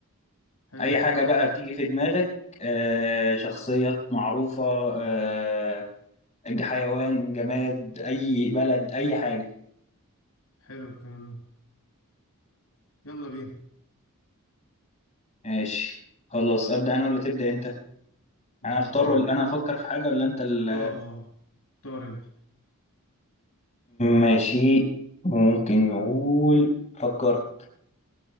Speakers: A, on the left; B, on the left.
A: حلو
B: اي حاجة بقى بتيجي في دماغك آه شخصيات معروفة آه حيوان جماد أي بلد أي حاجة
A: حلو الكلام ده يلا بينا
B: ماشي خلاص أبدأ أنا ولا تبدأ أنت؟
A: لا
B: أنا أختار
A: ابدأ
B: ولا
A: انت
B: أنا أفكر في حاجة ولا أنت ال
A: اه اه اختار انت
B: ماشي ممكن نقول فكرت